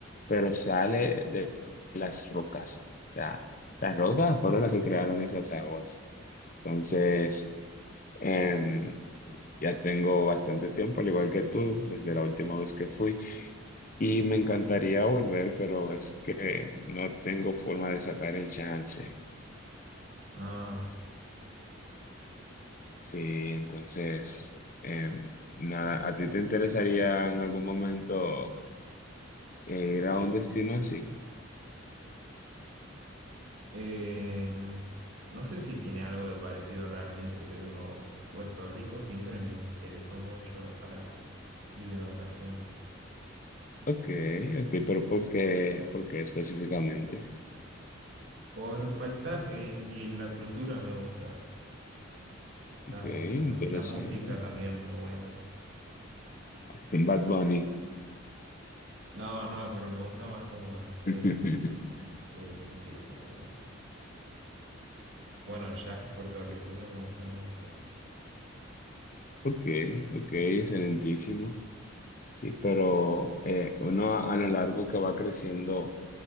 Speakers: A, on the left; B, on the right.
A: pero sale de las rocas. O sea, las rocas fueron las que crearon esas aguas. Entonces, em, ya tengo bastante tiempo, al igual que tú, desde la última vez que fui. Y me encantaría volver, pero es que no tengo forma de sacar el chance.
B: Ah.
A: Sí, entonces, em, nada, ¿a ti te interesaría en algún momento eh, ir a un destino así?
B: Em, no sé si tiene algo de parecido realmente, pero Puerto Rico siempre me interesó mucho para ir de vacaciones.
A: Ok, ok, pero ¿por qué? ¿Por qué específicamente?
B: Por el paisaje en- y la cultura me gusta.
A: Ok,
B: La,
A: interesante.
B: la música también muy buena.
A: <laughs> Bad Bunny.
B: No, no, pero me gusta más como, no sé
A: <laughs>
B: qué decirte, como... Bueno, el jazz puertorriqueño me gusta mucho.
A: Ok, ok, excelentísimo. Sí, pero eh, uno a, a lo largo que va creciendo